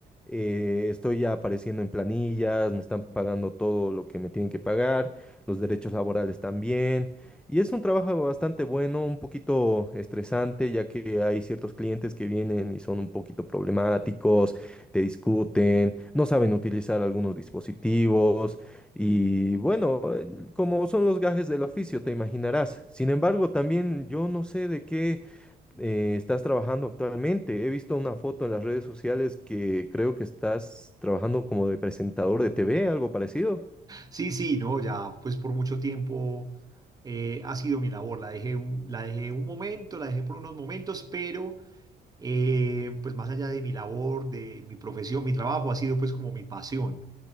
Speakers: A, in the centre; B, on the right (about 20°).
A: eh, estoy ya apareciendo en planillas, me están pagando todo lo que me tienen que pagar, los derechos laborales también. Y es un trabajo bastante bueno, un poquito estresante, ya que hay ciertos clientes que vienen y son un poquito problemáticos, te discuten, no saben utilizar algunos dispositivos y bueno, eh, como son los gajes del oficio, te imaginarás. Sin embargo, también yo no sé de qué eh, estás trabajando actualmente. He visto una foto en las redes sociales que creo que estás trabajando como de presentador de TV, algo parecido.
B: Sí, sí, no, ya pues por mucho tiempo eh, ha sido mi labor. La dejé un, la dejé un momento, la dejé por unos momentos, pero eh, pues más allá de mi labor, de mi profesión, mi trabajo ha sido pues como mi pasión.